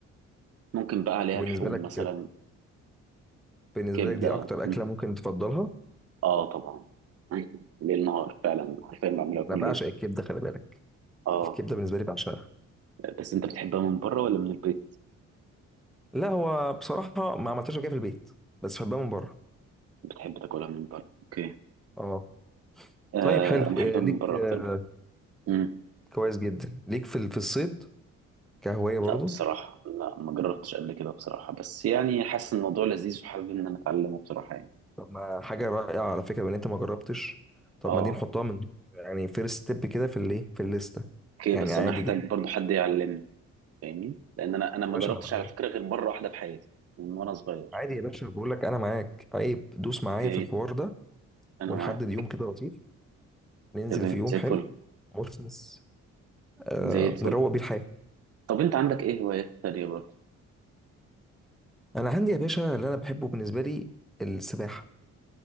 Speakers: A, on the right; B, in the centre.
A: ممكن بقى عليها
B: وبالنسبه
A: لحوم
B: لك
A: مثلا
B: بالنسبه
A: كبده
B: لك دي اكتر اكله
A: م.
B: ممكن تفضلها
A: اه طبعا <laughs> ليل نهار فعلا حرفيا بعملها كل
B: انا بعشق
A: يوم
B: الكبده خلي بالك
A: اه
B: الكبده بالنسبه لي بعشقها
A: بس انت بتحبها من بره ولا من البيت
B: لا هو بصراحه ما عملتهاش قبل كده في البيت بس بحبها من بره
A: بتحب تاكلها من بره اوكي
B: اه
A: آه
B: طيب حلو
A: انا بحبها
B: آه، ليك
A: من بره
B: آه،
A: اكتر امم
B: كويس جدا ليك في ال- في الصيد كهواية
A: لا
B: برضو
A: بصراحه لا ما جربتش قبل كده بصراحه بس يعني حاسس إن الموضوع لذيذ وحابب ان انا اتعلمه بصراحه يعني
B: طب ما حاجة رائعة على فكرة بان انت ما جربتش طب
A: اه
B: ما دي نحطها من يعني فيرست ستيب كده في الايه في الليستة
A: اوكي
B: يعني
A: بس
B: عادي
A: انا هحتاج
B: جدا
A: برضو حد يعلمني فاهمني لان انا انا ما
B: يا باشا
A: جربتش
B: انا معاك
A: على فكره غير مره واحده في حياتي من وانا صغير
B: عادي يا باشا بقول لك انا معاك عيب دوس معايا
A: اوكي
B: في الحوار ده
A: انا
B: ونحدد
A: معاك
B: يوم كده لطيف ننزل
A: تمام
B: في يوم
A: زي
B: حلو
A: الفل
B: مثمث آه
A: زي الفل
B: نروق بيه الحياة
A: طب انت عندك ايه هوايات تانية برضه
B: انا عندي يا باشا اللي انا بحبه بالنسبة لي السباحة